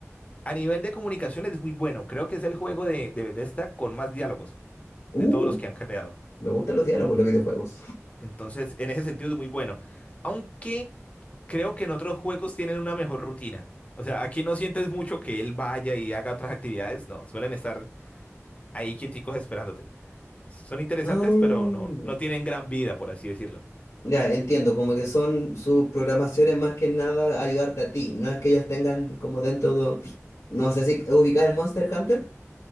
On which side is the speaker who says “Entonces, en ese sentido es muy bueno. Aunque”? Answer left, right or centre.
Left